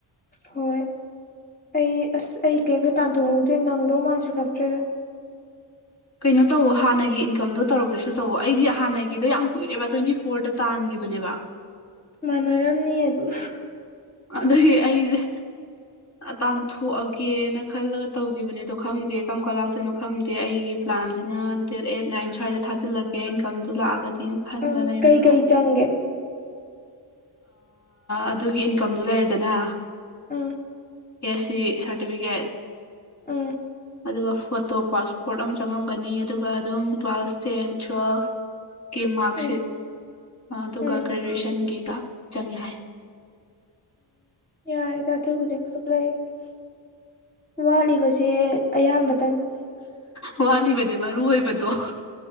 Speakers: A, on the left (about 20°); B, on the left (about 35°).
A: ꯍꯣꯏ ꯑꯩ ꯑꯁ ꯑꯩ ꯀꯔꯤꯝꯇ ꯇꯥꯟꯊꯣꯛꯍꯧꯗꯦ ꯅꯪꯗꯧ ꯃꯥꯟꯁꯤꯜꯂꯛꯇ꯭ꯔꯦꯗ
B: ꯀꯩꯅꯣ ꯇꯧꯋ ꯍꯥꯟꯅꯒꯤ ꯏꯟꯀꯝꯗꯣ ꯇꯧꯔꯒꯦꯁꯨ ꯇꯧꯋ ꯑꯩꯗꯤ ꯍꯥꯟꯅꯒꯤꯗꯣ ꯌꯥꯝ ꯀꯨꯏꯔꯦꯕ ꯇ꯭ꯋꯦꯟꯇꯤ ꯐꯣꯔꯗ ꯇꯥꯟꯒꯦ ꯕꯅꯦꯕ
A: ꯃꯅꯔꯝꯅꯤ ꯑꯗꯨꯝ
B: ꯑꯗꯨꯗꯒꯤ ꯑꯩꯁꯦ ꯇꯊꯣ ꯊꯣꯛꯑꯒꯦꯅ ꯈꯜꯂꯒ ꯇꯧꯈꯤꯕꯅꯦ ꯑꯗꯣ ꯈꯪꯗꯦ ꯀꯔꯝ ꯀꯥꯟ ꯂꯥꯛꯇꯣꯏꯅꯣ ꯈꯪꯗꯦ ꯑꯩꯒꯤ ꯄ꯭ꯂꯥꯟꯁꯤꯅ ꯑꯦꯠ ꯅꯥꯏꯟ ꯁ꯭ꯋꯥꯏꯗ ꯊꯥꯖꯤꯜꯂꯒꯦ ꯏꯟꯀꯝꯗꯨ ꯂꯥꯛꯑꯒꯗꯤ ꯈꯟꯂ
A: ꯎꯝ
B: ꯂꯩꯕꯅꯦꯕ
A: ꯀꯩꯀꯩ ꯆꯪꯒꯦ
B: ꯑꯗꯨꯒꯤ ꯏꯟꯀꯝꯗꯨ ꯂꯩꯔꯦꯗꯅ
A: ꯎꯝ
B: ꯑꯦꯁ ꯁꯤ ꯁꯥꯔꯇꯤꯐꯤꯀꯦꯠ
A: ꯎꯝ
B: ꯑꯗꯨꯒ ꯐꯣꯔꯠ ꯇꯣꯞ ꯄꯥꯁꯄꯣꯔꯠ ꯑꯃ ꯆꯪꯉꯂꯝꯒꯅꯤ ꯑꯗꯨꯒ ꯑꯗꯨꯝ ꯀ꯭ꯂꯥꯁ ꯇꯦꯟ ꯇꯨꯋꯦꯜꯐ ꯀꯤ ꯃꯥꯔꯛꯁꯤꯠ
A: ꯎꯝ
B: ꯑꯗꯨꯒ
A: ꯎꯝ
B: ꯒ꯭ꯔꯦꯖꯨꯋꯦꯁꯟꯒꯤꯒ ꯆꯪꯉ ꯍꯥꯏ
A: ꯌꯥꯔꯦ ꯇꯥꯊꯨꯕꯨꯗꯤꯛꯈꯛ ꯂꯩ ꯋꯥꯠꯂꯤꯕꯁꯦ ꯑꯌꯥꯝꯕ
B: ꯋꯥ ꯋꯥꯂꯤꯕꯖꯦ ꯃꯥꯔꯨ ꯑꯣꯏꯣꯏꯕꯊ